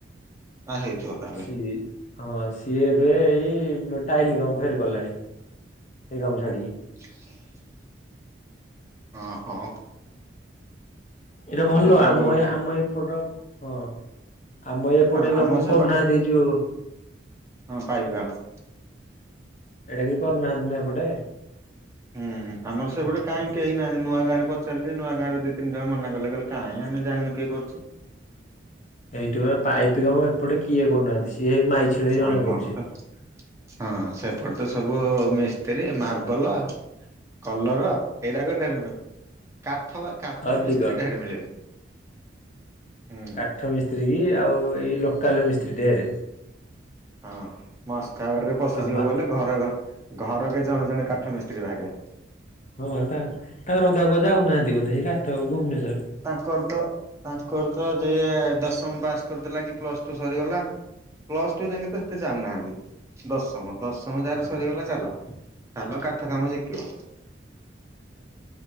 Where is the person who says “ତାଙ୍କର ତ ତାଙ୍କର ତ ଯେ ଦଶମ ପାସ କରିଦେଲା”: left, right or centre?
Right